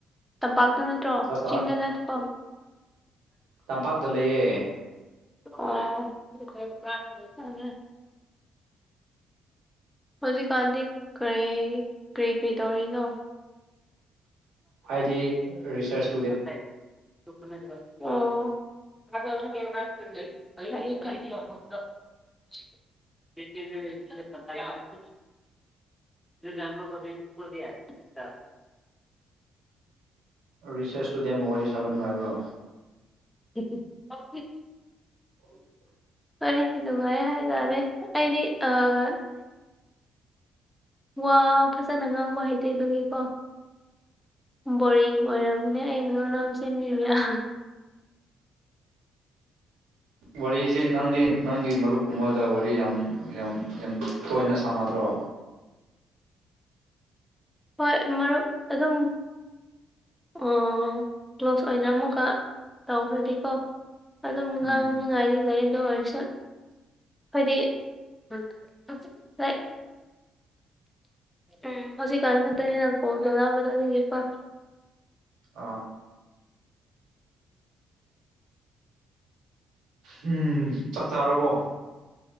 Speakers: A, in the centre; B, on the right.
A: ꯇꯝꯄꯥꯛꯇ ꯅꯠꯇ꯭ꯔꯣ
B: ꯆꯥꯛ ꯆꯥ
A: ꯆꯤꯡꯗ ꯅꯠꯇ꯭ꯔꯣ
B: ꯇꯝꯄꯥꯛꯇ ꯂꯩꯌꯦ
A: ꯑꯣ ꯍꯧꯖꯤꯛꯀꯥꯟꯗꯤ ꯀꯔꯤ ꯀꯔꯤ ꯀꯔꯤ ꯇꯧꯔꯤꯅꯣ
B: ꯑꯩꯗꯤ ꯔꯤꯁ꯭ꯔꯁ
A: ꯑꯣ ꯐꯩ ꯐꯩ <unintelligible> <unintelligible>
B: ꯔꯤꯁ꯭ꯔꯁꯇꯨꯗꯤ ꯋꯥꯔꯤ ꯁꯥꯕ ꯅꯨꯡꯉꯥꯏꯕ꯭ꯔꯣ
A: <unintelligible>
B: <inaudible>
A: ꯋꯥꯔꯤꯁꯦ ꯅꯨꯡꯉꯥꯏ ꯍꯥꯏꯇꯥꯔꯦ ꯑꯩꯗꯤ ꯑꯥ ꯋꯥ ꯐꯖꯅ ꯉꯥꯡꯕ ꯍꯩꯇꯦ ꯑꯗꯨꯒꯤꯀꯣ ꯕꯣꯔꯤꯡ ꯑꯣꯏꯔꯝꯒꯅꯤ ꯑꯩ ꯉꯔꯥꯡ ꯁꯦꯝꯃꯤꯕ ꯃꯌꯥꯝ
B: ꯋꯥꯔꯤꯁꯦ ꯅꯪꯗꯤ ꯅꯪꯒꯤ ꯃꯔꯨꯞ ꯀꯨꯝꯕꯗ ꯋꯥꯔꯤ ꯌꯥꯝ ꯌꯥꯝ ꯌꯥꯝ ꯇꯣꯏꯅ ꯁꯥꯟꯅꯗ꯭ꯔꯣ
A: ꯍꯣꯏ ꯃꯔꯨꯞ ꯑꯗꯨꯝ ꯑꯣ ꯀ꯭ꯂꯣꯁ ꯑꯣꯏꯅ ꯑꯃꯨꯛꯀ ꯇꯧꯈꯔ꯭ꯒꯦꯀꯣ ꯑꯗꯨꯝ
B: ꯎꯝ
A: ꯉꯥꯡꯅꯤꯡꯉꯥꯏꯗꯤ ꯂꯩ ꯑꯗꯨ ꯑꯣꯏꯔꯁꯨ ꯍꯥꯏꯣꯏꯗꯤ <unintelligible> ꯎꯝ ꯍꯧꯖꯤꯛꯀꯥꯟ ꯈꯛꯇꯅꯤꯅ ꯀꯣꯟ ꯇꯧꯅꯕꯗꯣ ꯑꯗꯨꯒꯤ ꯀꯣ
B: ꯑꯥ ꯍꯝ ꯆꯥꯛ ꯆꯥꯔꯕꯣ